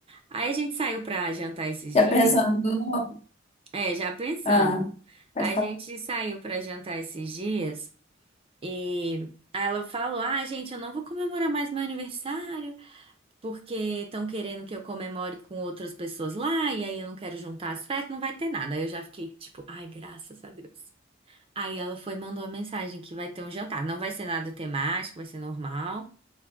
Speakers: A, on the right (about 30°); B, on the left (about 35°).
A: Aí a gente saiu pra jantar esses
B: Já
A: dias.
B: pensando no...
A: É, já pensando.
B: Ah, pode
A: A
B: falar.
A: gente saiu pra jantar esses dias e aí ela falou: Ah, gente, eu não vou comemorar mais meu aniversário. porque estão querendo que eu comemore com outras pessoas lá, e aí eu não quero juntar as festas, não vai ter nada. Aí eu já fiquei tipo, ai, graças a Deus. Aí ela foi e mandou uma mensagem que vai ter um jantar. Não vai ser nada temático, vai ser normal,